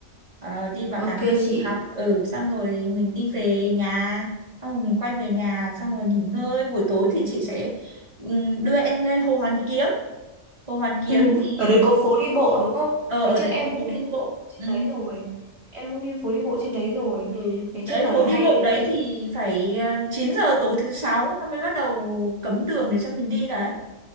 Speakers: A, on the right; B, on the right.
A: Ờ, đi bảo tàng
B: ok
A: dân
B: chị
A: tộc học ừ xong rồi mình đi về nhà xong rồi mình quay về nhà xong rồi nghỉ ngơi buổi tối thì chị sẽ ừm, đưa em lên Hồ Hoàn Kiếm Hồ Hoàn Kiếm
B: Ừ,
A: thì
B: ở
A: ừ,
B: đây có phố đi bộ đúng không?
A: ờ,
B: Ngày
A: ở
B: trước
A: đấy
B: em
A: có phố
B: cũng đi
A: đi
B: phố
A: bộ
B: đi bộ trên
A: ừ.
B: đấy rồi. Em cũng đi phố đi bộ trên đấy rồi.
A: ừ.
B: Ngày
A: đấy
B: trước là
A: phố đi
B: hay
A: bộ đấy thì phải ờ, 9 giờ tối thứ sáu nó mới bắt đầu cấm đường để cho mình đi đấy